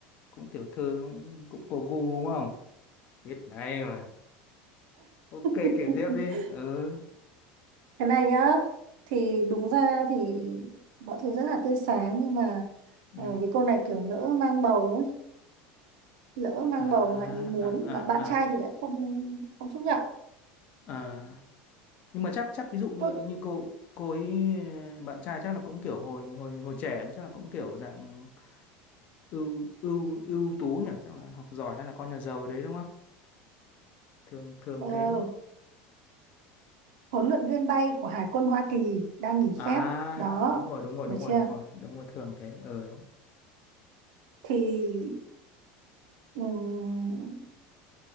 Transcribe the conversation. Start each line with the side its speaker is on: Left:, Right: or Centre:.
Left: Cũng tiểu thư cũng cũng có gu đúng không? Biết ngay mà. Ok kể
Right: <laughs>
Left: tiếp đi. Ừ.
Right: Thế này nhá, thì đúng ra thì mọi thứ rất là tươi sáng nhưng mà
Left: Ừ.
Right: ờ, vì cô này kiểu lỡ mang bầu ấy, lỡ mang
Left: À,
Right: bầu ngoài ý muốn
Left: à, à,
Right: mà bạn trai
Left: à,
Right: thì lại không không chấp nhận.
Left: à. Nhưng mà chắc chắc ví dụ như
Right: Tốt.
Left: như cô cô ấy ờ, bạn trai chắc là cũng kiểu hồi hồi hồi trẻ chắc là cũng kiểu dạng ưu ưu ưu tú nhỉ, chắc là học giỏi hay là con nhà giàu đấy đúng không? Thường thường
Right: Ờ,
Left: thế đúng không?
Right: huấn luyện viên bay của Hải quân Hoa Kỳ đang nghỉ
Left: À,
Right: phép đó,
Left: đúng rồi, đúng rồi,
Right: được
Left: đúng rồi,
Right: chưa?
Left: đúng rồi, đúng rồi, thường thế. Ừ đúng.
Right: Thì ừm,